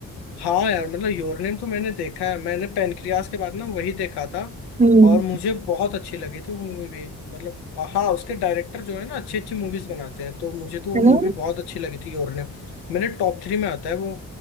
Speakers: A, on the left; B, on the right.
A: हाँ यार मतलब योरनेम तो मैंने देखा है मैंने पेनक्रियास के बाद ना वही देखा था
B: हम्म
A: और मुझे बहुत अच्छी लगी थी वो मूवी भी मतलब हाँ उसके डायरेक्टर जो है ना अच्छी अच्छी मूवीज बनाते हैं तो मुझे तो
B: है
A: वो मूवी
B: ना
A: बहुत अच्छी लगी थी योरनेम मेरे टॉप थ्री में आता है वो